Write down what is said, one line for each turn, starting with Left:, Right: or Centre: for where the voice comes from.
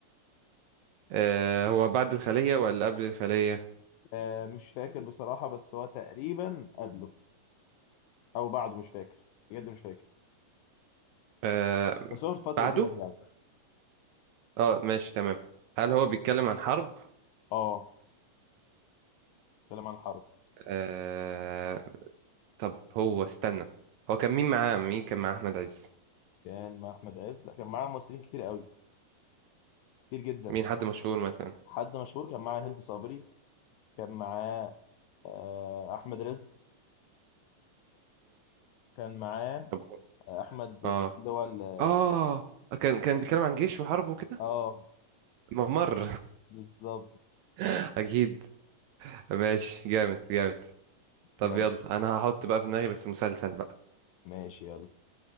Right: آه هو بعد الخلية ولا قبل الخلية
Left: آه مش فاكر بصراحه بس هو تقريبا قبله او بعده مش فاكر بجد مش فاكر
Right: آه
Left: بس هو في الفتره
Right: بعده
Left: دي يعني
Right: اه ماشي تمام هل هو بيتكلم عن حرب
Left: اه كلام عن الحرب
Right: آه طب هو استنى هو كان مين معاه مين كان مع أحمد عز
Left: كان مع احمد عز لا كان معاه ممثلين كتير قوي كتير جدا
Right: مين حد مشهور مثلا
Left: حد مشهور كان معاه هند صبري كان معاه آه احمد رزق كان معاه
Right: مم.
Left: آه احمد
Right: اه
Left: اسمه إيه اللي هو ال-
Right: اه كان كان بيتكلم عن جيش وحرب وكده
Left: اه
Right: ممر
Left: بالظبط
Right: <laughs> اكيد ماشي جامد جامد طب
Left: يلا
Right: يلا انا هحط بقى في دماغي بس مسلسل بقى
Left: ماشي يلا